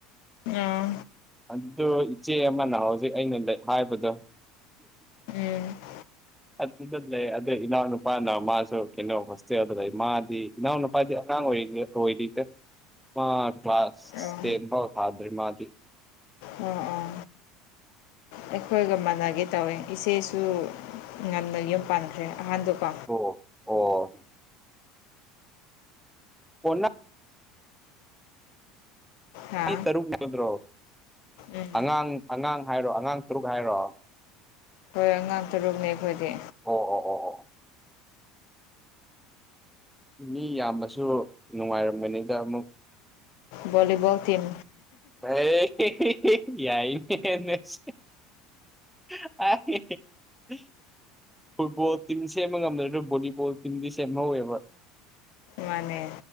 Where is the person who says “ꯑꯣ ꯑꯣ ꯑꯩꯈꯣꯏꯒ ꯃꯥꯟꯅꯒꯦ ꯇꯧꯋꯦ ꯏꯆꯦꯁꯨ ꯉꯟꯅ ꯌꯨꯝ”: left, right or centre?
Left